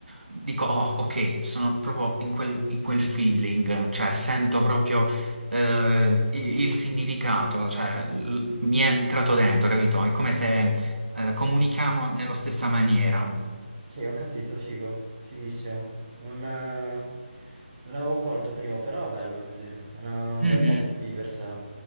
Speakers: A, on the right (about 80°); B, on the right (about 20°).
A: dico, oh, ok, sono proprio in quel, in quel feeling, cioè sento proprio eh, i- il, significato, cioè l- mi è entrato dentro, capito? È come se
B: sì.
A: eh, comunichiamo nella stessa maniera.
B: Sì, ho capito, figo, fighissimo. Non, eh, non avevo colto prima, però è bello così. È una- un
A: Mhm.
B: bel modo di viversela.